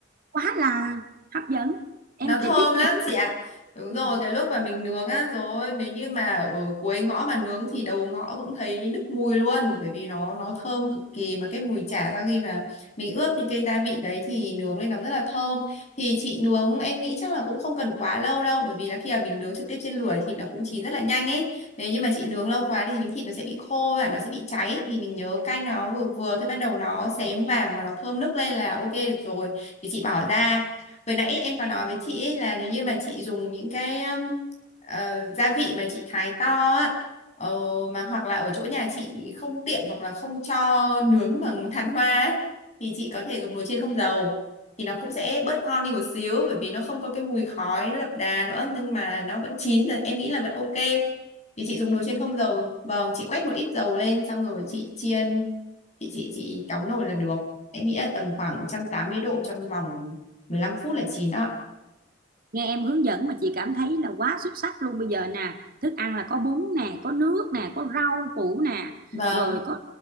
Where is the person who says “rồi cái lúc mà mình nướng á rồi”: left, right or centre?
Left